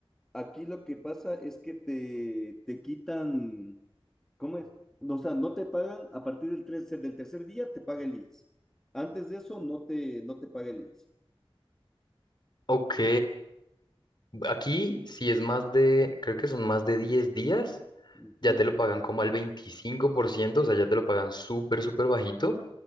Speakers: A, in the centre; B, on the left.
A: Aquí lo que pasa es que te, te quitan, ¿cómo es? No, O sea, no te pagan a partir del, tercer- del tercer día, te paga el IES. Antes de eso, no te, no te paga el IES.
B: Ok, Aquí, si es más de, creo que son más de 10 días,
A: Ujú.
B: ya te lo pagan como al veinticinco por ciento o sea, ya te lo pagan súper, súper bajito,